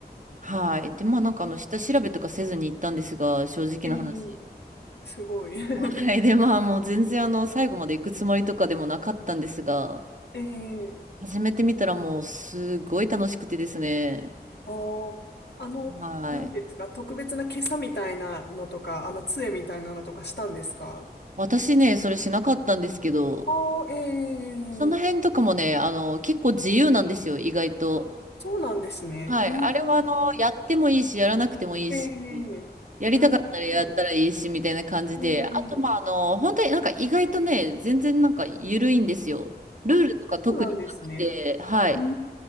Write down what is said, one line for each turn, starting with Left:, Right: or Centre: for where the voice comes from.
Right: はい。で、まあなんかあの下調べとかせずに行ったんですが、
Left: うん
Right: 正直な話。
Left: ええ、すごい。<laughs>
Right: はい。で、まあもう全然あの最後まで行くつもりとかでもなかったんですが、
Left: ええ、
Right: 始めてみたらもうすごい楽しくてですね。
Left: ああ、あの、
Right: はい。
Left: なんていうんですか、特別な袈裟みたいなのとか、あの、杖みたいなのとかしたんですか
Right: 私ね、それしなかったんですけど、
Left: ああ、ええ
Right: その辺とかもね、あの結構自由なんですよ、意外と。
Left: あ、そうなんですね。
Right: はい。
Left: うー
Right: あれは、あの、
Left: ん。
Right: やってもいいし、やらなくてもいいし、
Left: ええなるほど。
Right: やりたかったらやったらいいし、みたいな感じで、
Left: ええ
Right: あと、まあ、あの、本当になんか意外とね、全然なんか緩いんですよ。ルールとか特になくて、
Left: あ、そうなんですね。
Right: はい。
Left: うー